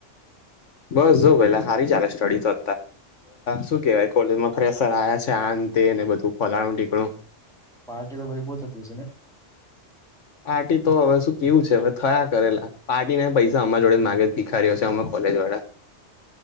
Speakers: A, on the left; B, in the centre.
A: બસ જો પેલા સારી ચાલે સ્ટડી તો. શું કેવાય? કોલેજમાં ફેશર આવ્યા છે, આ અંતે ને બધું ફલાણું કું
B: પાર્ટી તો બધી બહુ થતી હશે ને?
A: પાર્ટી તો હવે શું કેવું છે? હવે થયા કરે અલા. પાર્ટીને પૈસા અમારા જોડે જ માગે જ ભિખારીયો છે, અમા કોલેજવાળા.